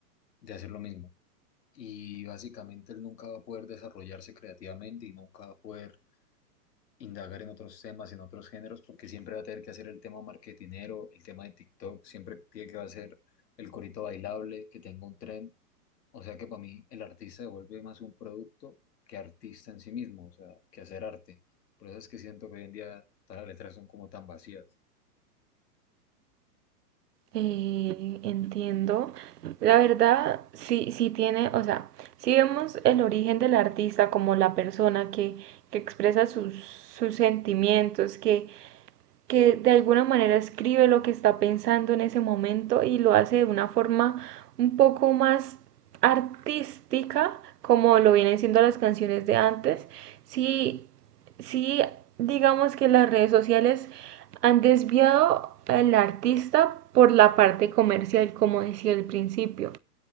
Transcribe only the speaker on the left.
de hacer lo mismo. Y básicamente él nunca va a poder desarrollarse creativamente y nunca va a poder indagar en otros temas, en otros géneros, porque siempre va a tener que hacer el tema marketinero, el tema de TikTok, siempre tiene que hacer el corito bailable, que tenga un trend. O sea que para mí el artista se vuelve más un producto que artista en sí mismo, o sea, que hacer arte. Por eso es que siento que hoy en día todas las letras son como tan vacías.